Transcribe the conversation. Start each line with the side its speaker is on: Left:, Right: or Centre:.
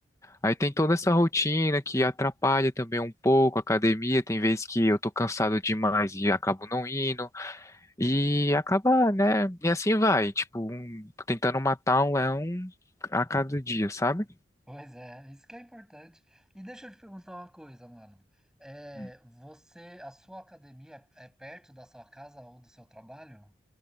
Left: Aí tem toda essa rotina que atrapalha também um pouco a academia. Tem vezes que eu tô cansado demais e acabo não indo. E acaba, né? E assim vai, tipo, um, tentando matar um leão a cada dia, sabe?
Centre: Pois é, isso que é importante. E deixa eu te perguntar uma coisa, mano. É,
Left: Hum.
Centre: você, a sua academia é é perto da sua casa ou do seu trabalho?